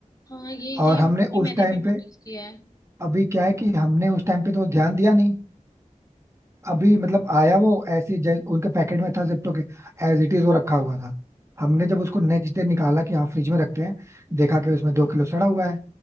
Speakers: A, on the left (about 25°); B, on the right (about 20°).
A: हाँ ये
B: और
A: ये
B: हमने
A: ये
B: उस
A: मैंने
B: टाइम
A: भी नोटिस
B: पे
A: किया है
B: अभी क्या है कि हमने उस टाइम पे तो ध्यान दिया नहीं अभी मतलब आया वो ऐसे जै- उनके पैकेट में था जिप्टो के एज इट इज वो रखा हुआ था हमने जब उसको नेक्स्ट डे निकाला कि हाँ फ्रिज में रखते हैं देखा कि उसमें दो किलो सड़ा हुआ है